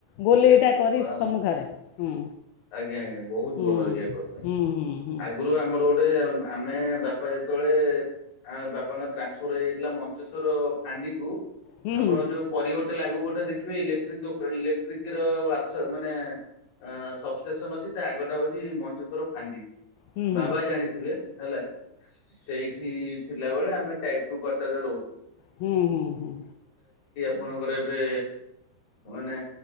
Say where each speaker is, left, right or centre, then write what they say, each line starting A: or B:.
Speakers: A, on the left (about 75°); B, on the left (about 60°).
A: ଗୋଲେଇଟା
B: ଏ ବୋପା
A: କରି ସମୁ
B: ମା
A: ଘରେ ହୁଁ।
B: ଆଜ୍ଞା ଆଜ୍ଞା ବହୁତ
A: ହୁଁ
B: ବଡ ଏରିଆ କରି
A: ହୁଁ ହୁଁ ହୁଁ
B: ଆଗରୁ ଆମର ଗୋଟେ ଆମେ ବାପା ଯେତେବେଳେ ଆଉ ବାପାଙ୍କର ଟ୍ରାନ୍ସଫର ହେଇଯାଇଥିଲା ମଞ୍ଚେଶ୍ୱର ଫାଣ୍ଡି କୁ
A: ହୁଁ
B: ଆପଣ
A: ହୁଁ
B: ଯୋଉ ପରିବଟା ଲାଗୁ ଗୋଟେ ଦେଖିବେ ଇଲେକ୍ଟ୍ରିକଇ ଶୀଘ୍ର ବାର୍ଷ ମାନେ ଅ ସବ ଷ୍ଟେସନ ଅଛି ତା ଆଗଟା ହଉଛି ମଞ୍ଚେଶ୍ଵର ଫାଣ୍ଡି।
A: ହୁଁ
B: ବାବା
A: ହୁଁ
B: ଜାଣିଥିବେ ହେଲା ସେଇ ଏଠି ଥିଲା ବେଳେ ଆମେ ଟାଇପୁର କଟରେ ରହୁ
A: ହୁଁ ହୁଁ ହୁଁ।
B: ଆପଣଙ୍କର ଏବେ ମାନେ